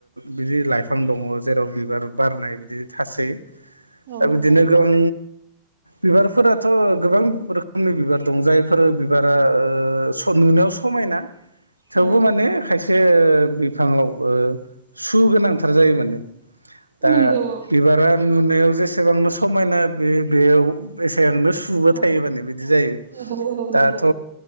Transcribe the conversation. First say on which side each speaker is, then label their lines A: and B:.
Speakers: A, on the right; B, on the right.
A: बिदि लाइफां दङ जेराव बिबार बारनाय बिदि थासै
B: औ
A: दा
B: नंगौ
A: बिदिनो गोबां बिबारफोराथ' गोबां रोखोमनि बिबार दं जायफोरो ओ बिबारा नुनायाव समायना थेवबो
B: औ
A: माने खायसे बिफाङाव ओ सु गोनांथार जायो माने दा
B: नंगौ
A: बिबारा नुनायाव जेसेबांनो समायना बे बेयाव एसे आनो स सुबो
B: औ
A: थायोबानो बिदि जायो
B: औ औ औ
A: दाथ'
B: नंगौ